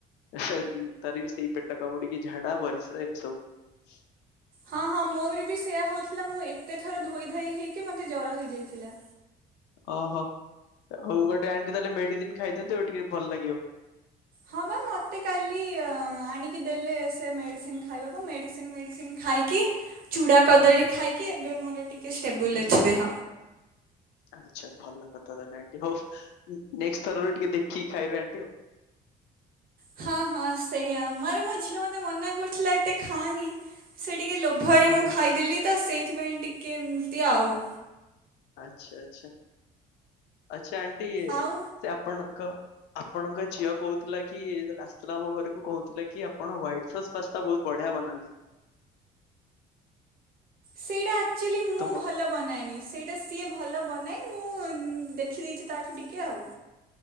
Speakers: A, on the left; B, on the right.
A: ତାର ବି ସେଇ ପେଟ କାମୁଡିକି ଝାଡା ପରିସ୍ରା ଏମିତି ସବୁ
B: ହଁ ହଁ ମୋରେ ବି ସେୟା ହୋଉଥିଲା ମୁଁ ଏତେ ଥର ଧୋଇ ଧାଇ ହେଇକି ମତେ ଜର ହେଇ ଯାଇଥିଲା।
A: ଓହୋ ହଉ ଗୋଟେ ଆଣ୍ଟି ତାହେଲେ ମେଡିସିନ ଖାଇଦିଅନ୍ତୁ ଟିକେ ଭଲ ଲାଗିବ।
B: ହଁ ବା ମତେ କାଲି ଆଣିକି କି ଦେଲେ ମେଡିସିନ ଖାଇବାକୁ ମେଡିସିନ ମେଡିସିନ ଖାଇକି ଚୁଡା କଦଳୀ ଖାଇକି ଏବେ ମୋର ଟିକେ ଷ୍ଟେବୁଲ
A: ହୁଁ
B: ଅଛି
A: ହୁଁ
B: ଦେହ।
A: ଆଚ୍ଛା ଭଲ। ନାଇଁଟି ହଉ ନେଷ୍ଟ ଥର ଟିକେ ଦେଖିକି ଖାଇବେ ଆଣ୍ଟି ଆଉ।
B: ହଁ ହଁ ସେଇଆ ମାନେ ମୋ ଝିଅ ମତେ ମନା କରୁ ଫୁଲଟା ଖାନି ସେ ଟି ଟିକେ ଲୋଭରେ
A: ହଁ
B: ମୁଁ
A: ହଁ
B: ଖାଇଦେଲି ତ ସେଇ ସେଥିପାଇଁ ଟିକେ ଏମତି ଆଉ।
A: ଆଚ୍ଛା ଆଚ୍ଛା। ଆଚ୍ଛା ଆଣ୍ଟି
B: ଆଉ
A: ସେ ଆପଣଙ୍କ ଆପଣଙ୍କ ଝିଅ କହୁଥିଲା କି ଆସିଥିଲା ଆମ ଘରକୁ କହୁଥିଲା କି ଆପଣ ହ୍ୱାଇଟ ସସ୍ ପାସ୍ତା ବହୁତ ବଢିଆ ବନାନ୍ତି।
B: ସେଡା ଆକଚୋଲି ମୁଁ
A: ତମ
B: ଭଲ ବନାଏନି ସେଇଟା ସିଏ ଭଲ ବନାଏ ମୁଁ ଦେଖିଦେଇଛି ତାଠୁ ଟିକେ ଆଉ।